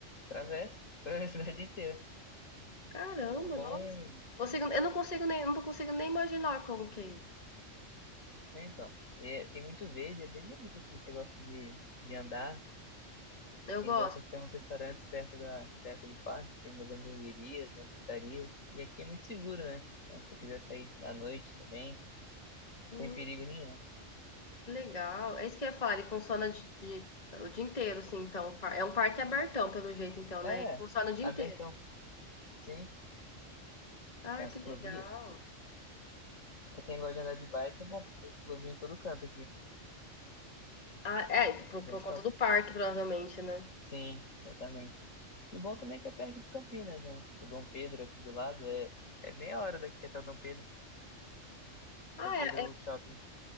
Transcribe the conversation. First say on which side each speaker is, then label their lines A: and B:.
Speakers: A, on the left; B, on the left.
A: atravessa, <laughs> atravessa a cidade inteira.
B: Caramba,
A: O bom.
B: nossa. Consigo- eu não consigo nem, não consigo nem imaginar como que é isso.
A: É, então. é- tem muito verde, é bem bonito assim. Você gosta de, de andar.
B: Eu
A: Tem
B: gosto.
A: bons tem uns restaurantes perto da, perto do parque, tem umas hamburguerias, umas pizzarias. E aqui é muito seguro, né? Então, se você quiser sair à noite também, não
B: Hum,
A: tem perigo nenhum.
B: que legal. É isso que eu ia falar, ele funciona de, de- o dia inteiro, assim, então. o par- É um parque abertão, pelo jeito, então, né?
A: É,
B: Ele funciona o dia
A: abertão,
B: inteiro.
A: sim.
B: Ah,
A: Tem as
B: que
A: ciclovia.
B: legal.
A: Pra quem gosta de andar de bike, é bom, porque tem ciclovia em todo canto aqui.
B: Ah, é, por,
A: É bem
B: por conta
A: top.
B: do parque, provavelmente, né?
A: Sim, exatamente. E o bom também é que é perto de Campinas, né? O Dom Pedro aqui do lado é, é meia hora daqui até o Dom Pedro.
B: Ah,
A: Dom Pedro
B: é, é-
A: Shopping.